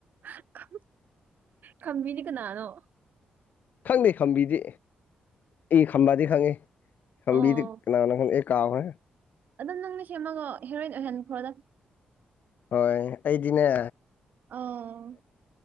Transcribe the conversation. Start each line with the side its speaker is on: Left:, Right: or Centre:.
Right: ꯍ ꯍꯥ ꯈꯝꯕꯤꯗꯤ ꯀꯅꯥꯅꯣ꯫
Left: ꯈꯪꯗꯦ ꯈꯝꯕꯤꯗꯤ ꯑꯩ ꯈꯝꯕꯗꯤ ꯈꯪꯉꯤ ꯈꯝꯕꯤꯗꯤ
Right: ꯑꯣ
Left: ꯀꯅꯥꯅꯪ ꯈꯪ ꯗꯦ ꯀꯥꯎꯔꯦ
Right: ꯑꯗꯨꯝ ꯅꯪꯅ ꯁꯦꯝꯃꯒꯣ ꯍꯦꯔꯣꯏꯟ ꯑꯣꯏꯍꯟꯈ꯭ꯔꯣꯗ
Left: ꯍꯣꯏ ꯑꯩꯗꯤꯅꯦ
Right: ꯑꫭ